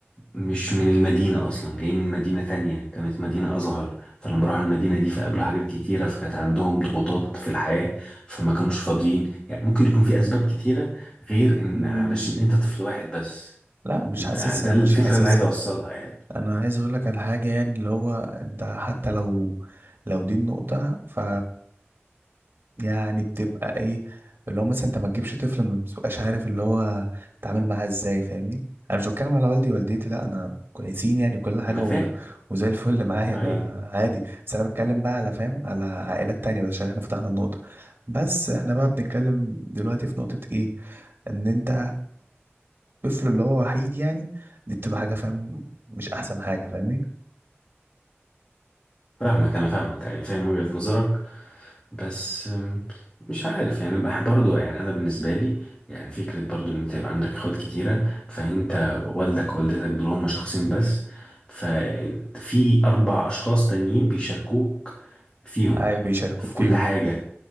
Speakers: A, on the left (about 20°); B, on the right (about 50°).
A: مش من المدينة أصلا جاي من مدينة تانية كانت مدينة أصغر فلما راحوا المدينة دي فقابلوا حاجات كتيرة فكانت عندهم ضغوطات في الحياة فما كانوش فاضيين يعني ممكن يكون في أسباب كتيرة غير إن
B: م-
A: علشان أنت طفل واحد بس
B: لا مش
A: أنت
B: حاسسها
A: ده الفكرة
B: مش حاسسها
A: اللي أنا عايز أوصلها يعني
B: انا عايز اقول لك على حاجه يعني اللي هو انت حتى لو لو دي النقطه ف يعني بتبقى ايه اللي هو مثلا انت ما تجيبش طفل ما بتبقاش عارف اللي هو تعمل معاه ازاي فاهمني انا مش بتكلم على والدي ووالدتي لا انا كويسين يعني كل حاجه
A: أنا فاهم
B: و... وزي الفل <laughs> معايا
A: أيوة
B: انا عادي بس انا بتكلم بقى على فاهم على عائلات تانية بس عشان احنا فتحنا النقطه بس احنا بقى بنتكلم دلوقتي في نقطه ايه ان انت كطفل اللي هو وحيد يعني دي بتبقى حاجه فاهم مش احسن حاجه فاهمني
A: فاهمك أنا فاهمك أيوة فاهم وجهة نظرك بس أم، مش عارف يعني بح برضو يعني انا بالنسبه لي يعني فكره برضو ان انت يبقى عندك اخوات كتيره فانت والدك ووالدتك دول هما شخصين بس ففي اربع اشخاص تانيين بيشاركوك فيهم
B: ايوه بيشاركوك
A: في كل
B: فيهم
A: حاجه